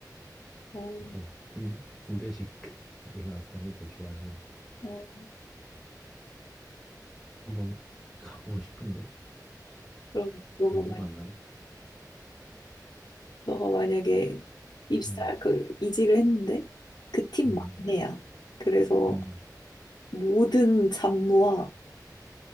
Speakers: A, on the left (about 70°); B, in the centre.
A: 어,
B: 약간 군, 군대식이나 그런 걸 좋아해서.
A: 어.
B: 한 번 가보고 싶은데
A: 그럼 너가
B: 엄두가
A: 만약
B: 안 나네.
A: 너가 만약에 입사
B: 음,
A: 그 이직을 했는데 그 팀
B: 음,
A: 막내야. 그래서
B: 음,
A: 모든 잡무와